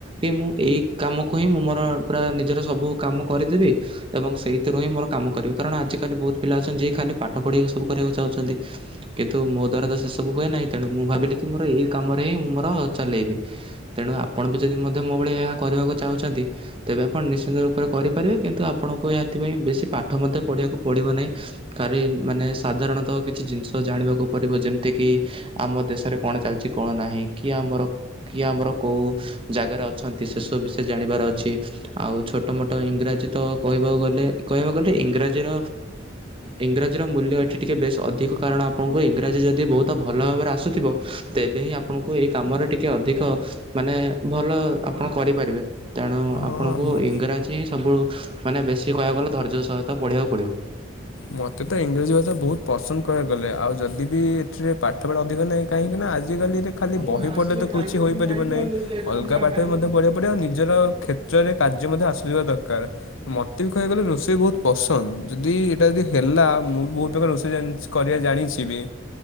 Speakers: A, on the right; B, on the left.
A: କି ମୁଁ ଏଇ କାମକୁ ହିଁ ମୁଁ ମୋର ପୁରା ନିଜର ସବୁ କାମ କରିଦେବି ଏବଂ ସେଇଥିରୁ ହିଁ ମୋର କାମ କରିବି କାରଣ ଆଜିକାଲି ବହୁତ ପିଲା ଅଛନ୍ତି ଯିଏ ଖାଲି ପାଠ ପଢି ସବୁ କରିବାକୁ ଚାହୁଁଛନ୍ତି। କିନ୍ତୁ ମୋ ଦ୍ଵାରା ତ ସେ ସବୁ ହୁଏ ନାହିଁ ତେଣୁ ମୁଁ ଭାବିଲି କି ମୋର ଏଇ କାମରେ ହିଁ ମୁଁ ମୋର ଚଲେଇବି। ତେଣୁ ଆପଣ ବି ଯଦି ମଧ୍ୟ ମୋ ଭଳି ଏହା କରିବାକୁ ଚାହୁଁଛନ୍ତି ତେବେ ଆପଣ ନିଶ୍ଚିନ୍ତ ରୂପରେ କରିପାରିବେ କିନ୍ତୁ ଆପଣଙ୍କୁ ଏଥିପାଇଁ ବେଶୀ ପାଠ ମଧ୍ୟ ପଢ଼ିବାକୁ ପଡ଼ିବ ନାହିଁ। ଖାଲି ମାନେ ସାଧାରଣତଃ କିଛି ଜିନିଷ ଜାଣିବାକୁ ପଡିବ ଯେମିତି କି ଆମ ଦେଶରେ କଣ ଚାଲିଛି କଣ ନାହିଁ କି ଆମର କିଏ ଆମର କୋଉ ଜାଗାରେ ଅଛନ୍ତି ସେସବୁ ବିଷୟ ଜାଣିବାର ଅଛି। ଆଉ ଛୋଟ ମୋଟ ଇଂରାଜୀ ତ କହିବାକୁ ଗଲେ କହିବାକୁ ଗଲେ ଇଂରାଜୀର ଇଂରାଜୀର ମୂଲ୍ୟ ଏଠି ଟିକିଏ ବେଶ୍ ଅଧିକ କାରଣ ଆପଣଙ୍କୁ ଇଂରାଜୀ ଯଦି ବହୁତ ଭଲ ଭାବରେ ଆସୁଥିବ ତେବେ ହିଁ ଆପଣଙ୍କୁ ଏଇ କାମରେ ଟିକେ ଅଧିକ ମାନେ ଭଲ ଆପଣ କରିପାରିବେ। ତେଣୁ
B: ହଁ
A: ଆପଣଙ୍କୁ
B: ମ
A: ଇଂରାଜୀ ହିଁ ସବୁ ମାନେ ବେଶୀ କହିବାକୁ ଗଲେ ଧୈର୍ଯ୍ୟ ସହିତ ପଢିବାକୁ ପଡିବ।
B: ମୋତେ ତ ଇଂରାଜୀ ଭାଷା ବହୁତ ପସନ୍ଦ କହିବାକୁଗଲେ ଆଉ ଯଦି ବି ଏଥିରେ ପାଠପଢ଼ା ନଁ କାହିଁକି ନା ଆଜିିକାଲିରେ ଖାଲି
A: ହଁ ମୁଁ
B: ବହି
A: ଆସିଲେ
B: ପଢିଲ ତ କିଛିଇପାରିବ
A: ଖାଇବି ଯଦି ଖାଇବି
B: ନାହିଁ
A: ନହେଲେ ଲେଟ୍ ହବ
B: ଅଲଗା
A: ମୁଁ ସିଆଡ଼େ
B: ପାଠ
A: ଖାଇଦେବି।
B: ମଧ୍ୟ ପଢ଼ିବା ସେପଟ ଆ ନିଜର କ୍ଷେତ୍ରରେ କାର୍ଯ୍ୟ ମଧ୍ୟ ଆସୁଥିବା ଦରକାର। ତ ମତେ ବି କହିବାକୁ ଗଲେ ରୋଷେଇ ବହୁତ ପସନ୍ଦ, ଯଦି ଟା ଯଦି ହେଲା ମୁଁ ବି ବହୁତ୍ ପ୍ରକାର ରୋଷେଇ କରିବା ଜାଣିଚି ବି।